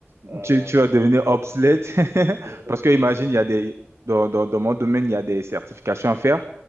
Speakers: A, on the right (about 55°); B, on the right (about 85°).
A: euh,
B: Tu, tu vas devenir obsolète <laughs>
A: obsolète.
B: parce que imagine,
A: Et ça, c'est-
B: il y a des, dans, dans, dans mon domaine, il y a des certifications à faire.